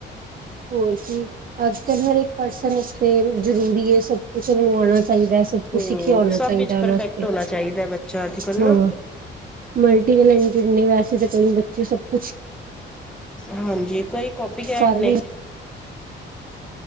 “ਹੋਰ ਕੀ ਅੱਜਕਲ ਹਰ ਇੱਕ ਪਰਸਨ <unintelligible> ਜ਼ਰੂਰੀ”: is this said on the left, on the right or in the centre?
Right